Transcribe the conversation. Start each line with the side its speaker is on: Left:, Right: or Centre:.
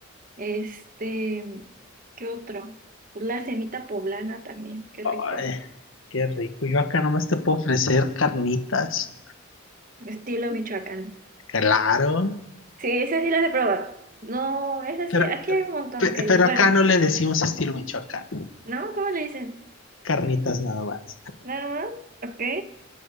Right: Este, ¿qué otro? Pues la semita poblana también, qué rico.
Left: Ay, qué rico. Yo acá nomás te puedo ofrecer carnitas.
Right: Estilo Michoacán.
Left: Claro.
Right: Sí, esas sí las he probado. No, es así.
Left: Pero,
Right: Aquí hay un montón
Left: pe-
Right: que dicen.
Left: pero
Right: Bueno,
Left: acá no le decimos estilo Michoacán.
Right: ¿no? ¿Cómo le dicen?
Left: Carnitas nada más.
Right: Nada más. Ok.